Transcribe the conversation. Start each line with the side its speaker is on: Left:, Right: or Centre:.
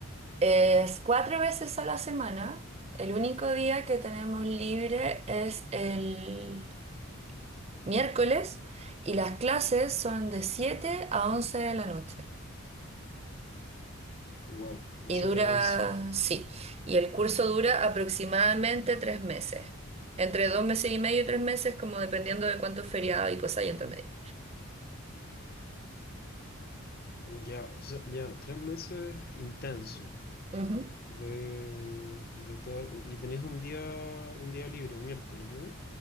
Right: Es cuatro veces a la semana. El único día que tenemos libre es el miércoles y las clases son de 7 a 11 de la noche.
Left: Wow, de
Right: Y
Left: siete
Right: dura,
Left: a 11.
Right: sí, y el curso dura aproximadamente tres meses. Entre dos meses y medio y tres meses, como dependiendo de cuántos feriados y cosas hay entre medio.
Left: Ya, o sea, ya, tres meses intenso
Right: Ujú.
Left: de, de todo. Y tenías un día, un día libre, un miércoles, ¿no?